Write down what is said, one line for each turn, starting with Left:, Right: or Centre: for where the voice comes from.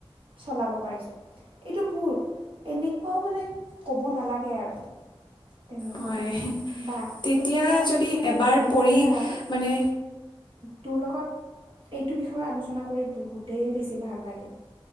Right: চলাব পাৰিছোঁ। এইটো ভুল এনেকুৱাও মানে ক'ব নালাগে আৰু। তেনেকুৱা।
Left: হয়
Right: বাকী
Left: তেতিয়া
Right: আৰু যদি মানে
Left: এবাৰ
Right: ক'বলৈ
Left: পৰি
Right: যাওঁ
Left: মানে
Right: তোৰ লগত এইটো বিষয়ে আলোচনা কৰি বহুতেই বেছি ভাল লাগিল